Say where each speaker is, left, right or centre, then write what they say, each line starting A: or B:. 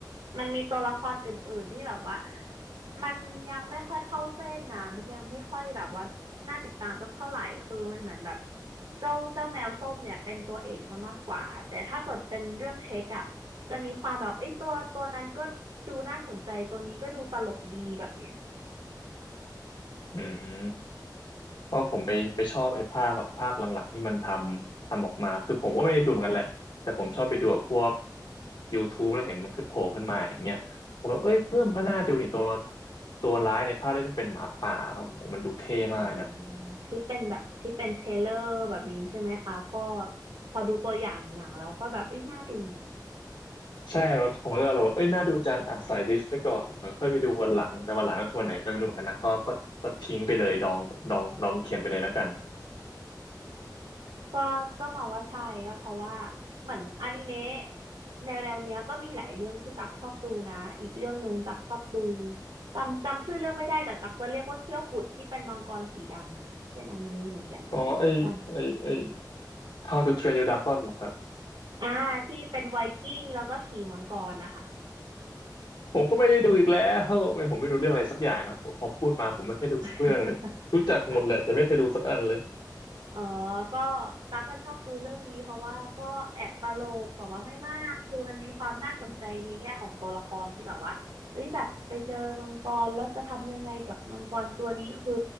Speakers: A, on the right; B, on the left.
A: มันมีตัวละครอื่นๆที่แบบว่ามันยังไม่ค่อยเข้าเส้นนะมันยังไม่ค่อยแบบว่าน่าติดตามสักเท่าไหร่คือมันเหมือนแบบเจ้าเจ้าแมวส้มเนี่ยเป็นตัวเอกซะมากกว่าแต่ถ้าเกิดเป็นเรื่องเช็คอะจะมีความแบบเอ้ยตัวตัวนั้นก็ดูน่าสนใจตัวนี้ก็ดูตลกดีแบบเนี้ย
B: อืม เพราะผมไปไปชอบไอ้ภาคแบบภาคหลังๆที่มันทำทำออกมาคือผมก็ไม่ได้ดูเหมือนกันแหละ แต่ผมชอบไปดูกับพวก YouTube แล้วเห็นมันขึ้นโผล่ขึ้นมาอย่างเงี้ยผมแบบเอ้ยเริ่มก็น่าดูนี่ตัวตัวร้ายในภาคได้เป็นหมาป่าแล้วโอ้โหมันดูเท่มากเลยนะ
A: อ่าที่เป็นแบบที่เป็นเทรลเลอร์แบบนี้ใช่ไหมคะก็พอดูตัวอย่างหนังแล้วก็แบบเอ้ยน่าดู
B: ใช่ครับผมก็เลยเราว่าเอ้ยน่าดูจังอ่ะใส่ลิสต์ไว้ก่อนเดี๋ยวค่อยไปดูวันหลังแต่วันหลังก็คือวันไหนก็ไม่รู้เหมือนกันนะก็ก็ก็ทิ้งไปเลยดองดองดองเข็มไปเลยแล้วกัน
A: ก็ก็มองว่าใช่ก็เพราะว่าเหมือนอนิเมะแนวแนวเนี้ยก็มีหลายเรื่องที่ตักชอบดูนะอีกเรื่องหนึ่งตักชอบดูจำจำชื่อเรื่องไม่ได้แต่ตักจะเรียกว่าเขี้ยวกุดที่เป็นมังกรสีดำอ่ะเป็นอนิเมะเหมือนกันอนิเมชั่น
B: อ๋อไอ้ไอ้ไอ้ How to Train Your Dragon เหรอครับ
A: อ่าที่เป็นไวกิ้งแล้วก็ขี่มังกรนะคะ
B: ผมก็ไม่ได้ดูอีกแล้วไม่ผมไม่ดูเรื่องอะไรสักอย่างเนาะพอพอพูดมาผมไม่เคยดูสักเรื่องเลยรู้จักหมดแหละแต่ไม่เคยดูสักอันเลย
A: <laughs> อ๋อก็ตั๊กก็ชอบดูเรื่องนี้เพราะว่าก็แอบตลกแบบว่าไม่มากคือมันมีความน่าสนใจในแง่ของตัวละครที่แบบว่าเฮ้ยแบบไปเจอมังกรแล้วจะทำยังไงกับมังกรตัวนี้คือ